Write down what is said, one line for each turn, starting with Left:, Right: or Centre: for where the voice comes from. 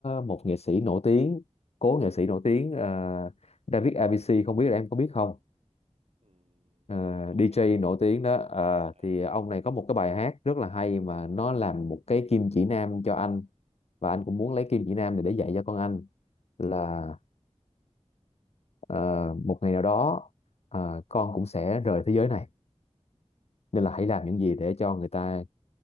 Left: một nghệ sĩ nổi tiếng cố nghệ sĩ nổi tiếng ờ, David ABC không biết là em có biết không
Right: ừ,
Left: Ờ,
Right: em không
Left: DJ
Right: biết <laughs>
Left: nổi tiếng đó ờ,
Right: Ờ,
Left: thì ông này có một cái bài hát rất là hay mà nó làm một cái kim chỉ nam cho anh và anh cũng muốn lấy kim chỉ nam này để dạy cho con anh là
Right: ừ.
Left: Ờ, một ngày nào đó ờ, con cũng sẽ rời thế giới này nên là hãy làm những gì để cho người ta